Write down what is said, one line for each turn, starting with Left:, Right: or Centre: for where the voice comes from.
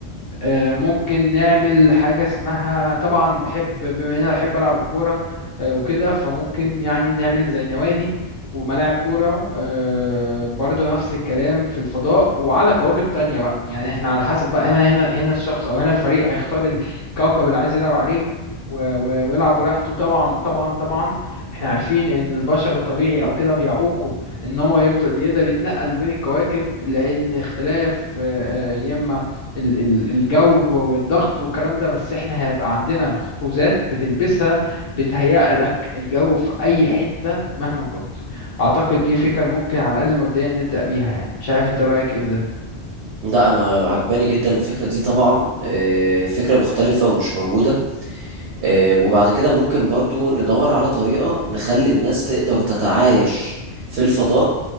Left: آه، ممكن نعمل حاجة اسمها طبعا بحب بما ان انا بحب العب الكورة آه، وكده فممكن يعني نعمل زي نوادي وملاعب كورة آه، برضو نفس الكلام في الفضاء وعلى كواكب تانية بقى يعني احنا على حسب بقى هنا هنا هنا الشخص او هنا الفريق هيختار ال- الكوكب اللي عايز يلعب عليه و- و- ويلعب براحته طبعا طبعا طبعا احنا عارفين ان البشر الطبيعي او كده بيعوقه ان هو يفضل يقدر يتنقل ما بين الكواكب لان اختلاف آه، آه، يا اما ال- ال- الجو والضغط والكلام ده بس احنا هيبقى عندنا خوذات بتلبسها بتهيأ لك الجو في اي حتة مهما كنت اعتقد دي فكرة ممكن على الاقل مبدئيا نبدأ بيها يعني مش عارف انت رأيك ايه في ده
Right: لا انا عجباني جدا الفكرة دي طبعا آه، فكرة مختلفة ومش موجودة آه، وبعد كده ممكن برضو ندور على طريقة نخلي الناس تقدر تتعايش في الفضاء